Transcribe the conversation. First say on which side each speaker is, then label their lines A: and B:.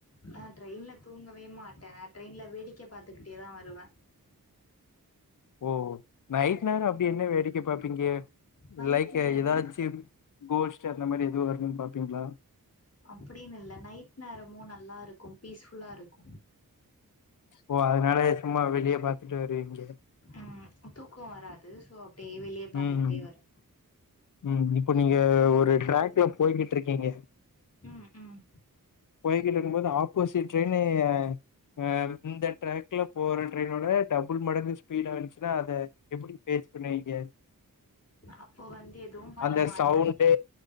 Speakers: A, on the left; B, on the left.
A: நா ட்ரெயின்ல தூங்கவே மாட்டே நா ட்ரெயின்ல வேடிக்க பாத்துக்கிட்டேதா வருவே
B: ஓ ஓ நைட் நேரம் அப்டி என்ன வேடிக்க பாப்பீங்க
A: நைட்
B: லைக்கே
A: நேரோ
B: ஏதாச்சு கோஷ்ட்டு அந்த மாரி எதுவு வருதுன்னு பாப்பீங்களா
A: அப்டின்னு இல்ல நைட் நேரமு நல்லா இருக்கு பீஸ்ஃபுல்லா இருக்கு
B: ஓ அதனாலயே சும்மா வெளிய பாத்துட்டு வருவீங்க
A: ம் தூக்கோ வராது சோ அப்டியே வெளிய பாத்துக்கிட்டே
B: ம்
A: வர்றே
B: ம் இப்போ நீங்க ஒரு டிராக்ல
A: வரு
B: போய்கிட்டு இருக்கீங்க
A: ம் ம்
B: கோய்கிட்டு இருக்கு போது ஆப்போஸிட் ட்ரெயினு ஆ இந்த ட்ராக்ல போற ட்ரெயினோட டபுள் மடங்கு ஸ்பீடா வந்துச்சுன்னா அத எப்டி பேஸ் பண்ணுவீங்க
A: அப்போ வந்து எதுவு பண்ண
B: அந்த
A: மாட்டே
B: சவுண்டு